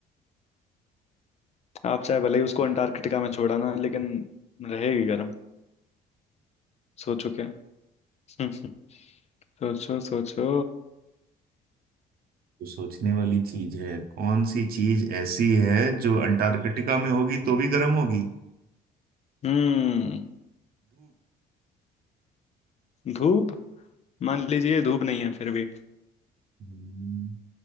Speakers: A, on the left (about 40°); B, on the right (about 60°).
A: आप चाहे भले ही उसको अंटार्कटिका में छोड़ाना लेकिन रहेगी गर्म सोचो क्या <laughs> सोचो सोचो
B: तो सोचने वाली चीज है कौन सी चीज ऐसी है जो अंटार्कटिका में होगी तो भी गर्म होगी
A: हम्म धूप मान लीजिए धूप नहीं है फिर भी
B: धूप